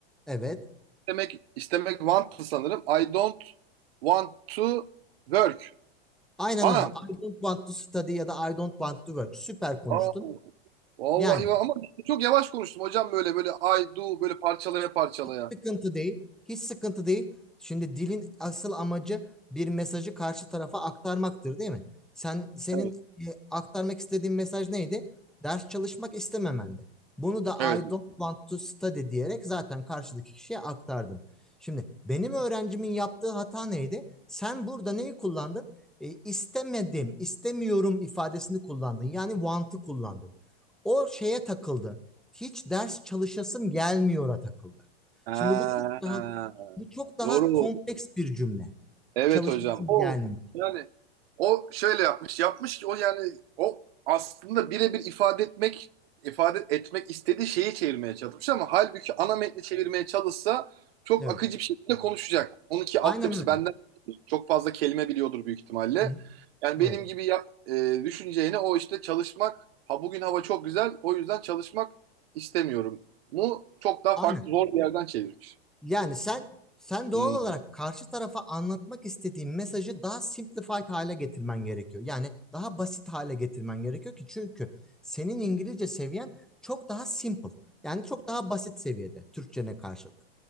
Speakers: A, in the centre; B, on the right.
A: Evet.
B: İstemek, istemek want to sanırım. I don't want to work.
A: Aynen
B: Anam.
A: öyle. I don't want to study ya da I don't want to work. Süper konuştun.
B: Aa, vallahi
A: Yani
B: va- ama çok yavaş konuştum hocam böyle böyle I do böyle parçalaya parçalaya.
A: Hiç sıkıntı değil. Hiç sıkıntı değil. Şimdi dilin asıl amacı bir mesajı karşı tarafa aktarmaktır, değil mi? Sen senin
B: Evet.
A: e, aktarmak istediğin mesaj neydi? Ders çalışmak istememendi. Bunu da
B: Evet.
A: I don't want to study diyerek zaten karşıdaki kişiye aktardın. Şimdi benim öğrencimin yaptığı hata neydi? Sen burada neyi kullandın? E, istemedim, istemiyorum ifadesini kullandın. Yani want'ı kullandın. O şeye takıldı. Hiç ders çalışasım gelmiyor'a takıldı.
B: Ha.
A: Şimdi bu çok daha bu çok daha
B: Doğru.
A: kompleks bir cümle.
B: Evet
A: Çalışması
B: hocam. O
A: gelmiyor.
B: yani o şöyle yapmış. Yapmış ki o yani o aslında birebir ifade etmek ifade etmek istediği şeyi çevirmeye çalışmış ama halbuki ana metni çevirmeye çalışsa çok
A: Evet.
B: akıcı bir şekilde konuşacak. Onunki altyapısı
A: Aynen öyle.
B: benden çok fazla kelime biliyordur büyük ihtimalle.
A: Hı hı.
B: Yani
A: Evet.
B: benim gibi yap, e, düşüneceğine o işte çalışmak ha bugün hava çok güzel o yüzden çalışmak istemiyorum. Mu çok daha
A: Aynen.
B: farklı zor bir yerden çevirmiş.
A: Yani sen sen doğal
B: Hmm.
A: olarak karşı tarafa anlatmak istediğin mesajı daha simplified hale getirmen gerekiyor. Yani daha basit hale getirmen gerekiyor ki çünkü senin İngilizce seviyen çok daha simple. Yani çok daha basit seviyede Türkçene karşılık.